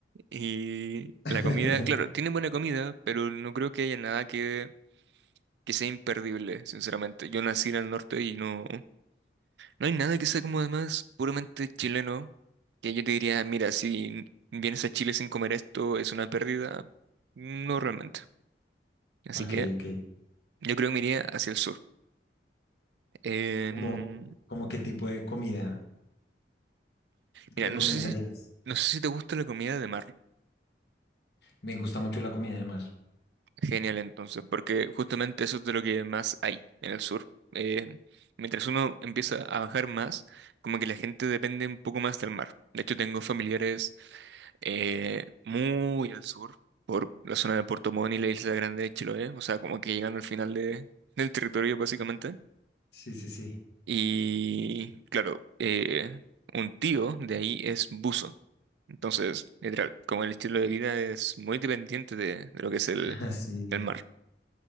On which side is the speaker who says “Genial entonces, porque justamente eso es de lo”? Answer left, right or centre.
Right